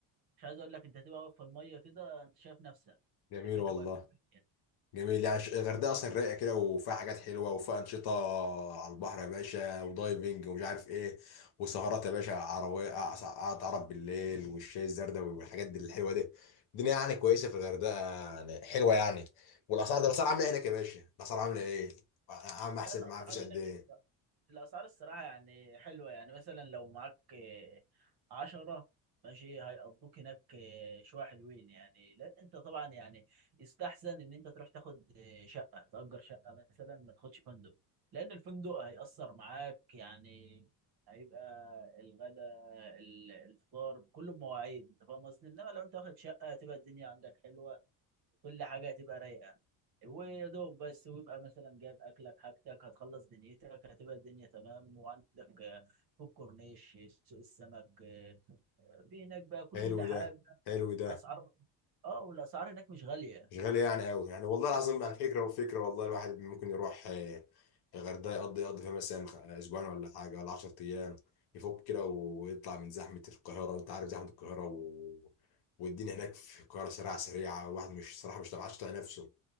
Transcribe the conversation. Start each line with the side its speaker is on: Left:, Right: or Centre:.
Right: مش عايز اقول لك انت هتبقى واقف في الميه كده انت شايف نفسك
Left: جميل
Right: اكنك
Left: والله
Right: واقف في الميه
Left: جميل يعني ش- الغردقه اصلا رايقه كده وفيها حاجات حلوه وفيها انشطه على البحر يا باشا ودايفنج ومش عارف ايه وسهرات يا باشا عربيه قعدة عرب بالليل والشاي الزردة والحاجات دي الحلوه دي الدنيا يعني كويسه في الغردقه يعني حلوه يعني والاسعار ده الاسعار عامله إيه هناك يا باشا الاسعار عامله ايه عم احسب
Right: لا الاسعار
Left: معاه فيش قد
Right: هناك
Left: ايه
Right: الاسعار الصراحه يعني حلوه يعني مثلا لو معاك آه، عشرة ماشي هيقضوك هناك آه، شويه حلوين يعني لان انت طبعا يعني يستحسن ان انت تروح تاخد آه، شقه تأجر شقه مثلا ما تاخدش فندق لان الفندق هيأثر معاك يعني هيبقى الغداء ال- الفطار كله بمواعيد انت فاهم قصدي انما لو انت واخد شقه هتبقى الدنيا عندك حلوه كل حاجة هتبقى رايقة ويا دوب بس ويبقى مثلا جايب أكلك حاجتك هتخلص دنيتك هتبقى الدنيا تمام وعندك آه، في الكورنيش سوق السمك آه، في هناك بقى كل
Left: حلو
Right: حاجة
Left: ده حلو ده
Right: الأسعار اه والأسعار هناك مش غالية
Left: مش غالية يعني قوي يعني والله العظيم يعني فكرة وفكرة والله الواحد ممكن يروح آه، الغردقة يقضي يقضي فيها مثلا خ- أسبوعين ولا حاجة ولا 10 أيام يفك كده ويطلع من زحمة القاهرة وأنت عارف زحمة القاهرة و... والدنيا هناك في القاهرة سريعة سريعة الواحد مش صراحة مش عارف يطلع نفسه